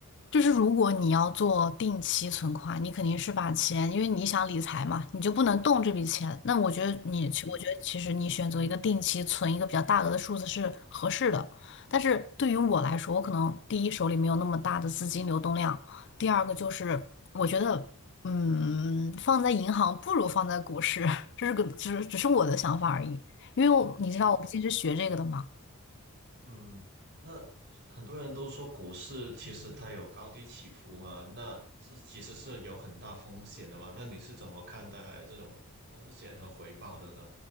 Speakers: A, on the left; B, on the right.
A: 就是如果你要做定期存款，你肯定是把钱，因为你想理财嘛，你就不能动这笔钱。那我觉得你，
B: 嗯。
A: 其我觉得其实你选择一个定期存一个比较大额的数字是合适的。但是对于我来说，我可能第一手里没有那么大的资金流动量，第二个就是我觉得，嗯，放在银行不如放在股市，<laughs> 这是个只只是我的想法而已。因为我你知道我不竟是学这个的嘛。
B: 哦。嗯，那很多人都说股市其实它有高低起伏嘛，那是其实是有很大风险的嘛。那你是怎么看待这种风险和回报的呢？